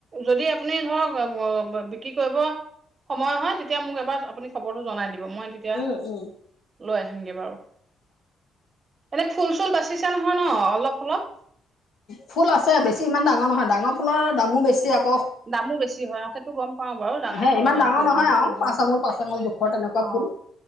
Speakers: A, on the right; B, on the left.
A: যদি আপুনি ধৰক <unintelligible> বিক্ৰী কৰিব সময় হয় তেতিয়া মোক এবাৰ আপুনি খবৰটো জনাই দিব মই তেতিয়া
B: উম উম
A: লৈ আহিমগে বাৰু এনে ফুল চুল বাচিছো নহয় ন অলপ অলপ
B: ফুল আছে বেছি ইমান ডাঙৰ নহয় ডাঙৰ ফুলৰ দামো বেছি ইয়াক
A: দামো বেছি হয় অ সেইটো গম পাও বাৰু ডাঙৰ
B: হে
A: ফুলৰ
B: ইমান
A: দামতটো
B: ডাঙৰ
A: অকমান
B: নহয়
A: বেছি
B: আৰু
A: হয়
B: পাঁচ আঙুল পাঁচ আঙুল জোখৰ তেনেকুৱা
A: অ
B: ফুল